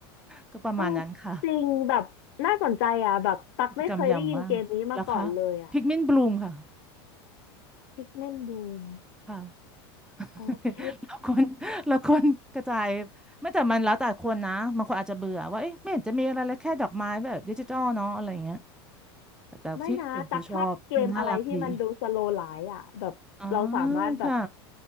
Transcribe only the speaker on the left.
โอ้จริงแบบน่าสนใจอ่ะแบบตักไม่เคยได้ยินเกมนี้มาก่อนเลยอ่ะ
Pikmin Boom
โอเค
ไม่นะตักชอบเกมอะไรที่มันดูสโลว์ไลฟ์อ่ะแบบเราสามารถแบบ